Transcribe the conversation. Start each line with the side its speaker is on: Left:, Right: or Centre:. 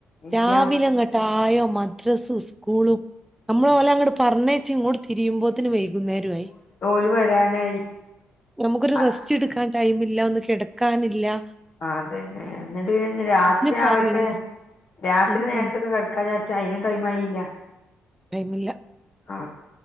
Left: ഇല്ല
Centre: രാവിലെങ്ങട്ടാ ആയോ മദ്രസു സ്കൂളും നമ്മള്
Left: ഉം
Centre: ഓലങ്ങട്ട് പറഞ്ഞേ ച്ച് ഇങ്ങോട്ട് തിരിയുമ്പോ ത്തിന് വൈകുന്നേരു ആയി
Left: ര് വരാനായി
Centre: നമക്കൊരു
Left: അ
Centre: റെസ്റ്റ് എട്ക്കാൻ ടൈമില്ല ഒന്ന് കൊടക്കാനില്ലാ
Left: ആ അതന്നെ എന്നിട്ട് പിന്നെ രാത്രി
Centre: പറയുന്ന്
Left: ആവട്ടെ രാത്രി
Centre: ഉം
Left: നേരത്തൊയെന്ന്
Centre: ഉം
Left: കിടക്കാ പശെ അയിനും ടൈം ആയില്ല
Centre: ടൈംമില്ലാ
Left: ആ